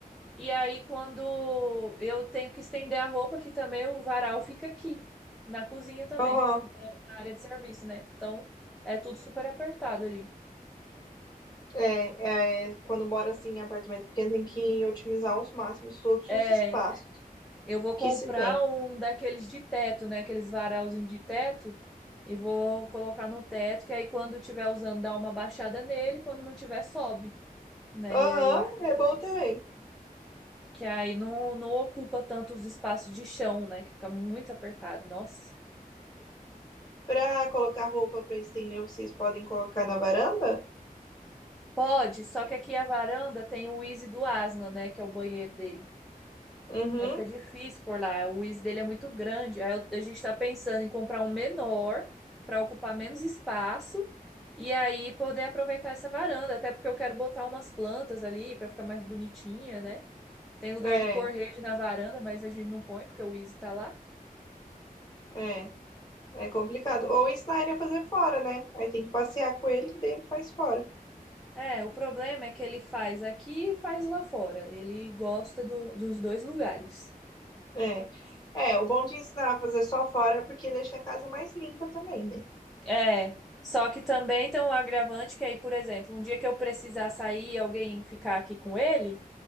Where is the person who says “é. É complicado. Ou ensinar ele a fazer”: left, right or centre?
Left